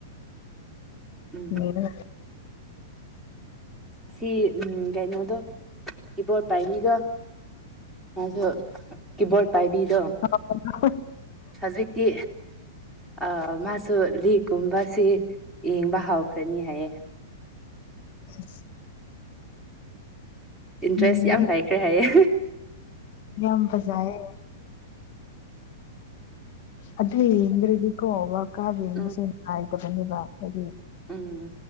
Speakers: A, in the centre; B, on the left.
A: ꯎꯝ
B: ꯎꯝꯦ
A: ꯁꯤ ꯎ ꯀꯩꯅꯣꯗꯣ ꯀꯤꯕꯣꯔꯠ ꯄꯥꯏꯔꯤꯒ ꯑꯗ ꯀꯕꯣ ꯄꯕꯤꯗꯣ
B: ꯑ <unintelligible>
A: ꯍꯧꯖꯤꯛꯇꯤ ꯑ ꯃꯥꯁꯨ ꯂꯤꯛꯒꯨꯝꯕꯁꯤ ꯌꯦꯡꯕ ꯍꯧꯥꯎꯈ꯭ꯔꯅꯤ ꯍꯥꯏꯌꯦ
B: <inaudible>
A: ꯏꯟꯇ꯭ꯔꯦꯁ
B: ꯌꯦꯡꯕꯗꯣ
A: ꯌꯥꯝ ꯂꯩꯥꯏꯈ꯭ꯔꯦ ꯍꯥꯏꯌꯦ
B: ꯌꯥꯝ ꯐꯖꯥꯑꯦ ꯑꯗꯨ ꯌꯦꯡꯗ꯭ꯔꯗꯤꯀꯣ <unintelligible> ꯌꯦꯡꯕꯁꯦ
A: ꯎꯝ
B: ꯅꯨꯡꯉꯥꯏꯇꯕꯅꯦꯕ ꯍꯥꯏꯗꯤ
A: ꯎꯝ